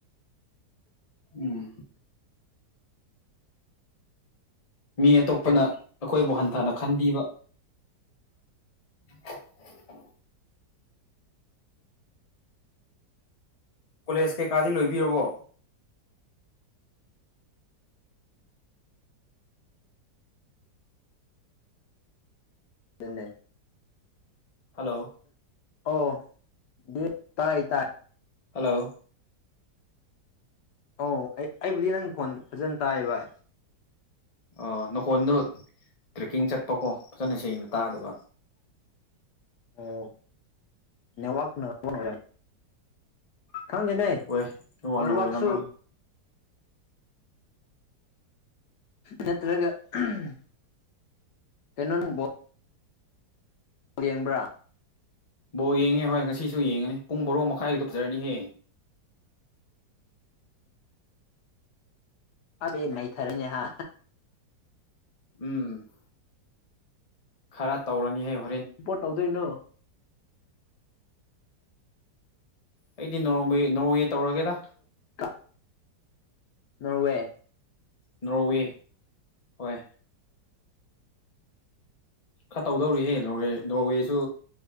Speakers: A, on the left (about 30°); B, on the left (about 70°).
A: ꯎꯝ ꯃꯤ ꯑꯇꯣꯞꯄꯅ
B: ꯈꯜꯂꯦꯕꯀꯣ
A: ꯑꯩꯈꯣꯏꯕꯨ ꯍꯟꯊꯅ ꯈꯟꯕꯤꯕ <inaudible> ꯀꯣꯂꯦꯖ ꯀꯩꯀꯥꯗꯤ ꯂꯣꯏꯕꯤꯔꯕꯣ
B: ꯑꯗꯨꯅꯦ
A: ꯍꯜꯂꯣ
B: ꯑꯥꯎ ꯗꯦ ꯇꯥꯏ ꯇꯥꯏ
A: ꯍꯜꯂꯣ
B: ꯑꯣ ꯑꯩ ꯑꯩꯕꯨꯗꯤ ꯅꯪ ꯈꯣꯟ ꯐꯖꯅ ꯇꯥꯏꯌꯦ ꯚꯥꯏ
A: ꯑꯥ ꯅꯈꯣꯟꯗꯨ ꯇ꯭ꯔꯦꯛꯀꯤꯡ ꯆꯠꯄꯀꯣ ꯐꯖꯅ ꯁꯦꯡꯅ ꯇꯥꯗꯕ
B: ꯑꯣ ꯅꯦꯋꯥꯛꯅ ꯑꯣꯏꯒꯅꯤ ꯈꯪꯗꯦꯅꯦ
A: ꯍꯣꯏ ꯋꯥꯡꯅ
B: ꯅꯦꯋꯥꯛꯁꯨ
A: ꯑꯣꯏꯔꯝꯃꯅꯤ
B: ꯅꯠꯇꯔꯒ ꯎꯝ ꯀꯩꯅꯣꯅꯦ ꯕꯣ ꯌꯦꯡꯕ꯭ꯔꯥ
A: ꯕꯣꯜ ꯌꯦꯡꯉꯦ ꯍꯣꯏ ꯉꯁꯤꯁꯨ ꯌꯦꯡꯒꯅꯤ ꯄꯨꯡ ꯕꯥꯔꯣ ꯃꯈꯥꯏꯒꯤꯗꯨ ꯐꯖꯔꯅꯤꯍꯦ
B: ꯈꯔꯗꯤ ꯅꯩꯊꯔꯅꯤ ꯍꯥ
A: ꯎꯝ ꯈꯔ ꯇꯧꯔꯅꯤ ꯍꯥꯏꯌꯣ
B: ꯄꯣꯠ ꯇꯧꯗꯣꯏꯅꯣ
A: ꯑꯩꯗꯤ ꯅꯣꯔ ꯅꯣꯔꯋꯦ ꯇꯧꯔꯒꯦꯗ
B: ꯀ ꯅꯧꯋꯦ
A: ꯅꯣꯔꯋꯦ ꯍꯣꯏ ꯈꯔ ꯇꯧꯗꯧꯔꯤꯍꯦ ꯅꯣꯔꯋꯦ ꯅꯣꯔꯋꯦꯁꯨ